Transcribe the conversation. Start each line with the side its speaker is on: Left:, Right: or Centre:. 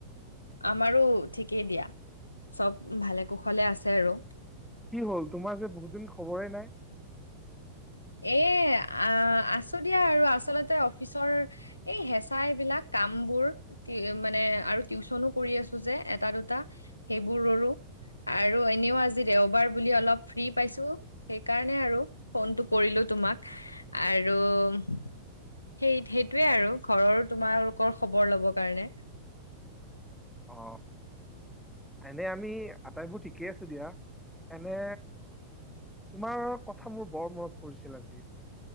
Left: আমাৰো ঠিকেই দিয়া চব ভালে কুশলে আছে আৰু।
Centre: কি হ'ল তোমাৰ যে বহুত দিন খবৰে নাই।
Left: এ আ আছো দিয়া আৰু আচলতে অফিচৰ এই হেঁচা এইবিলাক। কাম বোৰ মানে আৰু টিউচনো কৰি আছো যে এটা দুটা সেইবোৰ ৰৰুো। আৰু এনেও আজি দেওবাৰ বুলি অলপ ফ্ৰী পাইছো সেইকাৰণে আৰু ফোনটো। কৰিলো তোমাক আৰু সেই সেইটোৱে আৰু ঘৰৰো তোমালোকৰ খবৰ লব কাৰণে
Centre: অ এনে আমি আটাইবোৰ ঠিকেই আছো দিয়া এনে তোমাৰ কথা মোৰ বৰ মনত পৰিছিল আজি